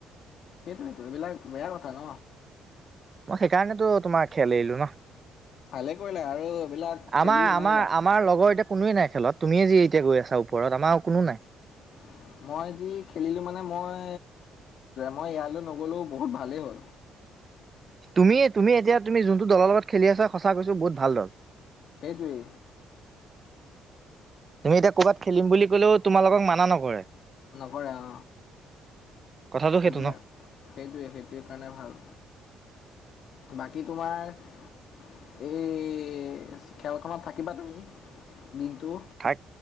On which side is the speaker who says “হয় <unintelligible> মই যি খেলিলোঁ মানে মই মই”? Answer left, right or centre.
Left